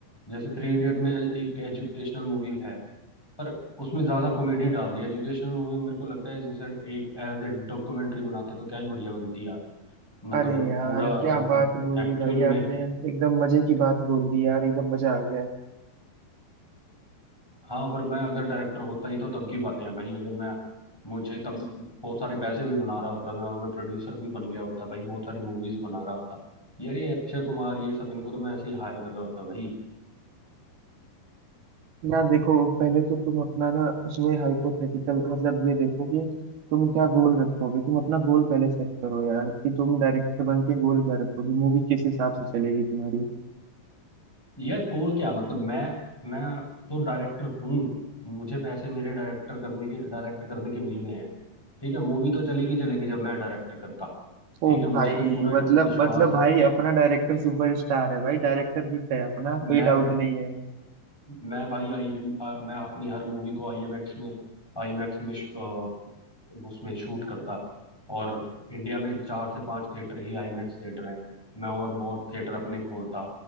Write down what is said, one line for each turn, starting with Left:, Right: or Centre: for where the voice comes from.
Centre: जैसे थ्री इडियट में एक एजुकेशनल मूवी है पर उसमें ज्यादा कॉमेडी डाल दी एजुकेशनल मूवी मेरे को लगता है जैसे एक एज ए डॉक्यूमेंट्री बनाते तो क्या ही बढ़िया बनती यार मतलब
Right: अरे यार
Centre: पूरा
Right: क्या
Centre: मतलब
Right: बात बोल
Centre: एक्चुअल
Right: दी भाई
Centre: में
Right: आपने एकदम मजे की बात बोल दी यार एकदम मजा आ गया है
Centre: हाँ पर मैं अगर डायरेक्टर होता ही तो तब की बातें हैं भाई अगर मैं मुझे तब बहुत सारे पैसे भी बना रहा होता मैं और मैं प्रोड्यूसर भी बन गया होता भाई बहुत सारी मूवीज बना रहा होता यार ये अक्षय कुमार ये सब इनको तो मैं ऐसे ही हायर कर रहा होता भाई
Right: यार देखो पहले तो तुम अपना ना उसमें हाइपोथेटिकल मतलब ये देखो कि तुम क्या गोल रखोगे तुम अपना गोल पहले सेट करो यार कि तुम डायरेक्टर बन के गोल क्या रखोगे मूवी किस हिसाब से चलेगी तुम्हारी
Centre: यार गोल क्या मतलब मैं मैं तो डायरेक्टर हूँ मुझे पैसे मेरे डायरेक्टर करने के डायरेक्ट करने के मिल गए हैं ठीक है मूवी तो चलेगी चलेगी जब मैं डायरेक्ट करता
Right: ओ
Centre: ठीक है मुझे
Right: भाई
Centre: तो पूरा
Right: मतलब
Centre: विश्वास
Right: मतलब भाई
Centre: है
Right: अपना डायरेक्टर सुपरस्टार है भाई डायरेक्टर हिट है अपना कोई
Centre: मैं
Right: डाउट नहीं
Centre: मैं भाई आई मैं अपनी हर मूवी को आईएमएक्स में आईमैक्स में श- अ, उसमें शूट करता और इंडिया में चार से पांच थिएटर ही आईमैक्स थिएटर हैं मैं और बहुत थिएटर अपने खोलता